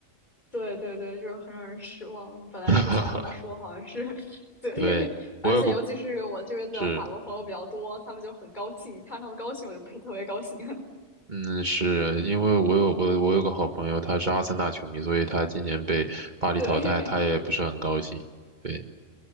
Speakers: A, on the left; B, on the right.
A: 对对对，就是很让人失望。本来之前他们说好像是
B: <laughs>
A: <laughs> 对，
B: 对，
A: 而且尤其是我这边的法国朋友比较多，
B: 我有个是。
A: 他们就很高兴，看他们高兴我就不是特别高兴。
B: 嗯，是因为我有我我有个好朋友，他是阿森纳球迷，所以他今年被巴黎淘汰，
A: <laughs> 对
B: 他也不是很高兴。对，